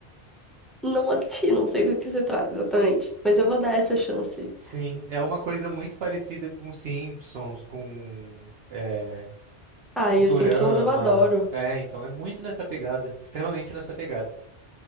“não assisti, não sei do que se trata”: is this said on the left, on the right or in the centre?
Centre